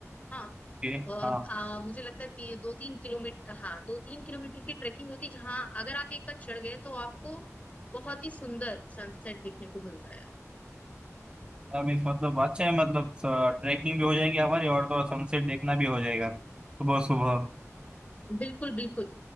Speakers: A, on the left; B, on the right.
A: हाँ,
B: ओके,
A: और
B: हाँ
A: हाँ मुझे लगता है कि दो तीन किलोमीटर हाँ दो तीन किलोमीटर की ट्रेकिंग होती है जहाँ अगर आप एक बार चढ़ गए तो आपको बहुत ही सुंदर सनसेट देखने को मिलता है
B: अब इस मतलब अच्छा है मतलब ट्रैकिंग भी हो जाएगी हमारी और तो सनसेट देखना भी हो जाएगा सुबह सुबह
A: बिल्कुल बिल्कुल